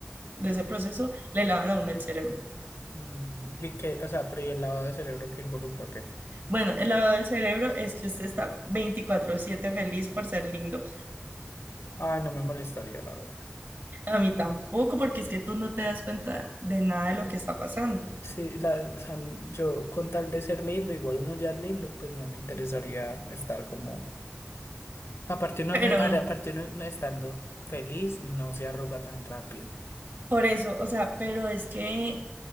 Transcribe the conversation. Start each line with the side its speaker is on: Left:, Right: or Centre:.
Right: de ese proceso, le lavan a uno el cerebro.
Left: mm, Y que, o sea, pero y el lavado de cerebro que involucra, ¿qué?
Right: Bueno, el lavado del cerebro es que usted está veinticuatro siete feliz por ser lindo.
Left: Ay, no me molestaría, la verdad.
Right: A mí tampoco, porque es que tú no te das cuenta de nada de lo que está pasando.
Left: Sí, la, o sea, yo con tal de ser lindo, igual uno ya es lindo, pues no me interesaría estar como Aparte uno
Right: Pero
Left: no, ahora, aparte uno no estando feliz, no se arruga tan rápido.
Right: por eso, o sea, pero es que